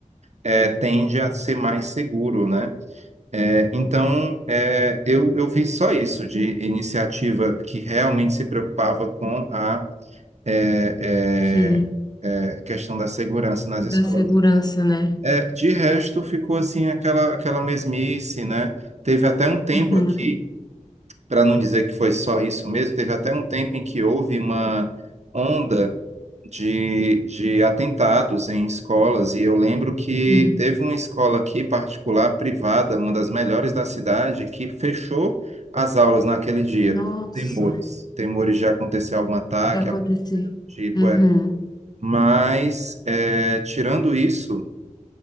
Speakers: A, on the right; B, on the left.
A: é, tende a ser mais seguro, né? É, então, é, eu, eu vi só isso de iniciativa que realmente se preocupava com a é,
B: sim.
A: é, é, questão da segurança nas
B: Da
A: escolas.
B: segurança, né?
A: É, de resto, ficou assim aquela, aquela mesmice, né? Teve até um tempo
B: Uhum.
A: aqui, para não dizer que foi só isso mesmo, teve até um tempo em que houve uma onda de, de atentados em escolas, e eu lembro que
B: Sim.
A: teve uma escola aqui particular, privada, uma das melhores da cidade, que fechou as aulas naquele dia,
B: Nossa,
A: por temores, temores de acontecer algum ataque,
B: já aconteceu.
A: algum tipo,
B: Uhum.
A: é. Mas, é, tirando isso,